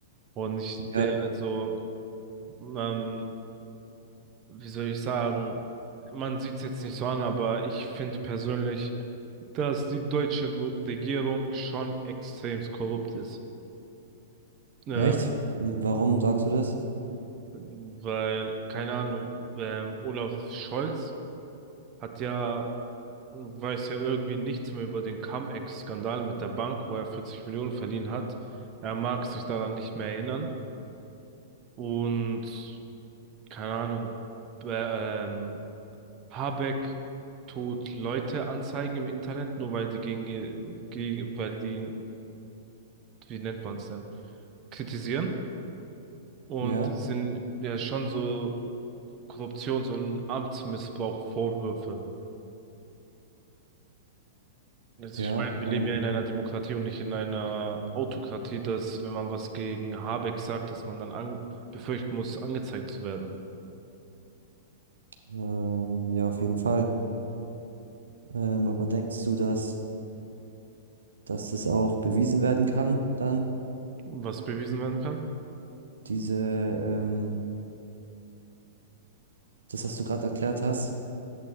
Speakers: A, on the right; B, on the right.
A: Und ich, der,
B: Ja.
A: also, ähm, wie soll ich sagen, man sieht es jetzt nicht so an, aber ich finde persönlich, dass die deutsche Ru- Regierung schon extrem korrupt ist. Ähm,
B: Echt? Ähm, Warum sagst du das?
A: weil, keine Ahnung, ähm, Olaf Scholz hat ja, weiß ja irgendwie nichts mehr über den Cum-Ex-Skandal mit der Bank, wo er 40 Millionen verliehen hat. Er mag sich daran nicht mehr erinnern. Und, keine Ahnung, äh, ähm, Habeck tut Leute anzeigen im Internet, nur weil die gegen ihr, gegen, weil die, wie nennt man es denn, kritisieren. Und
B: Ja,
A: es sind ja schon so Korruptions- und Amtsmissbrauch-Vorwürfe. Also
B: ja.
A: ich meine, wir
B: Ähm,
A: leben ja in einer Demokratie und nicht in einer Autokratie, dass wenn man was gegen Habeck sagt, dass man dann an befürchten muss, angezeigt zu werden.
B: ähm, ja, auf jeden Fall. Ähm, aber denkst du, dass, dass das auch bewiesen werden kann, dann?
A: Was bewiesen werden kann?
B: Diese, ähm, das, was du gerade erklärt hast,